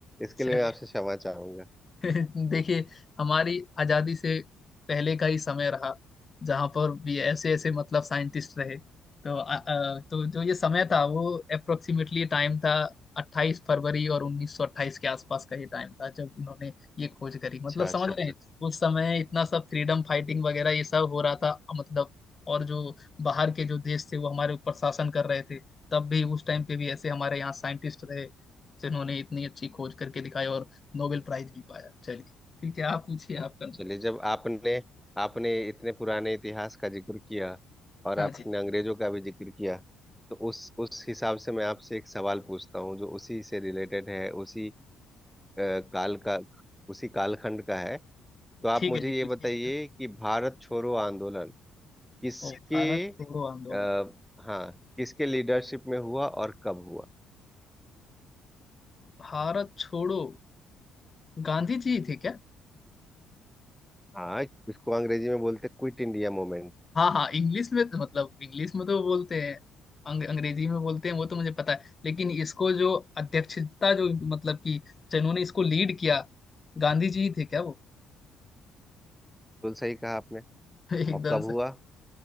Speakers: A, in the centre; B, on the left.
A: इसके
B: चलिए
A: लिए मैं आपसे क्षमा चाहूंगा
B: <laughs> देखिए हमारी आजादी से पहले का ही समय रहा जहां पर भी ऐसे ऐसे मतलब साइंटिस्ट रहे तो अ, अ, तो जो ये समय था वो अप्रोक्सीमेटली टाइम था 28 फरवरी और 1928 के आसपास का ये टाइम था जब इन्होंने ये खोज करी मतलब
A: अच्छा
B: समझ
A: अच्छा
B: रहे
A: अच्छा
B: हैं
A: अच्छा
B: उस समय इतना सब फ्रीडम फाइटिंग वगैरह ये सब हो रहा था मतलब और जो बाहर के जो देश थे वो हमारे ऊपर शासन कर रहे थे तब भी उस टाइम पे भी ऐसे हमारे यहाँ साइंटिस्ट रहे जिन्होंने इतनी अच्छी खोज करके दिखाई और नोबेल प्राइज भी पाया चलिए ठीक है आप पूछिए आपका नंबर
A: चलिए जब आपने आपने इतने पुराने इतिहास का जिक्र किया और
B: हाँ
A: आपने
B: जी
A: अंग्रेजों का भी जिक्र किया तो उस उस हिसाब से मैं आपसे एक सवाल पूछता हूँ जो उसी से रिलेटेड है उसी अ, काल का उसी कालखंड का है तो आप
B: ठीक
A: मुझे
B: है जी
A: ये
B: पूछिए
A: बताइए
B: एकदम
A: कि भारत छोड़ो आंदोलन किसके
B: ओ भारत छोड़ो आंदोलन
A: आ, हाँ किसके लीडरशिप में हुआ और कब हुआ
B: भारत छोड़ो गांधी जी थे क्या
A: हाँ इसको अंग्रेजी में बोलते क्विट इंडिया मूवमेंट
B: हाँ हाँ इंग्लिश में तो, मतलब इंग्लिश में तो बोलते हैं अंग, अंग्रेजी में बोलते हैं वो तो मुझे पता है लेकिन इसको जो अध्यक्षता जो मतलब कि जिन्होंने इसको लीड किया गांधी जी ही थे क्या वो
A: बिल्कुल सही कहा आपने
B: <laughs> एकदम
A: और कब हुआ
B: से